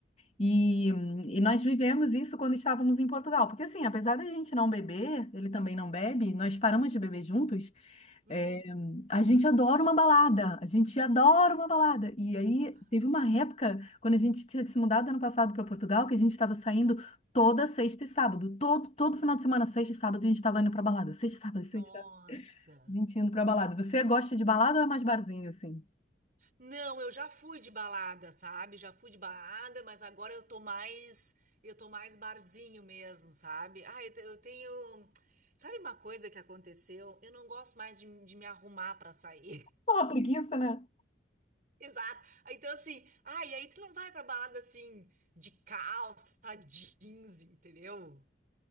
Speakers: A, on the left (about 35°); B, on the right (about 45°).
A: E, e nós vivemos isso quando estávamos em Portugal, porque assim, apesar da gente não beber, ele também não bebe, nós paramos de beber juntos,
B: Hum.
A: é, a gente adora uma balada, a gente adora uma balada. E aí
B: Ah,
A: teve uma época, quando a gente tinha se mudado ano passado para Portugal, que a gente estava saindo toda sexta e sábado, todo, todo final de semana, sexta e sábado, a gente estava indo para balada, sexta e sábado, sexta
B: Nossa.
A: e sábado, a gente indo para balada. Você gosta de balada ou é mais barzinho assim?
B: Não, eu já fui de balada, sabe? Já fui de balada, mas agora eu tô mais, eu tô mais barzinho mesmo, sabe? Ah, eu te- eu tenho, sabe uma coisa que aconteceu? Eu não gosto mais de, de me arrumar para sair.
A: Pô, preguiça, né?
B: Exato. Aí, Então, assim, ah, e aí tu não vai pra balada assim, de calça, jeans, entendeu?